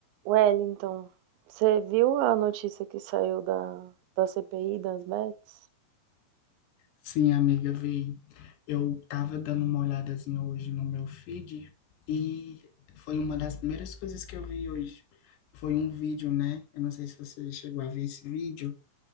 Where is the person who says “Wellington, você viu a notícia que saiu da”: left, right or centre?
Right